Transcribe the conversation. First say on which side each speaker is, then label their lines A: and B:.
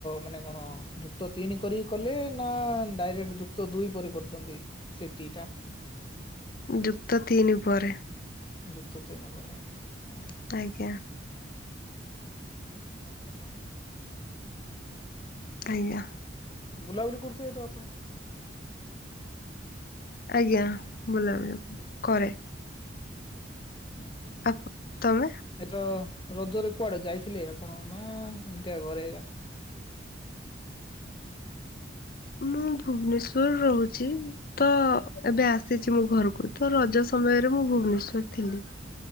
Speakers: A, on the left; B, on the left.
A: ମାନେ କଣ ଯୁକ୍ତ ତିନି କରି କଲେ ନା ଡାଇରେକ୍ଟ ଯୁକ୍ତ ଦୁଇ ପରେ କରୁଛନ୍ତି ସିଟି ଟା?
B: ଯୁକ୍ତ ତିନି ପରେ।
A: ଯୁକ୍ତ ତିନି ପରେ। ହୁଁ।
B: ଆଜ୍ଞା।
A: <unintelligible>
B: ଆଜ୍ଞା।
A: ବୁଲାବୁଲି କରୁଥିବେ ତ ଆପଣ?
B: ଆଜ୍ଞା ବୁଲାବୁଲି କରେ।
A: ଉଁ ହୁଁ।
B: ଆପ ତମେ?
A: ଏ ତ ରଜରେ କୁଆଡେ ଯାଇଥିଲେ ଆପଣ ନା ଏମିତିଆ ଘରେ ଏକା?
B: ମୁଁ ଭୁବନେଶ୍ଵର ରହୁଛି। ତ ଏବେ ଆସିଛି ମୋ ଘରକୁ ତ ରଜ ସମୟରେ ମୁଁ ଭୁବନେଶ୍ଵରରେ ଥିଲି।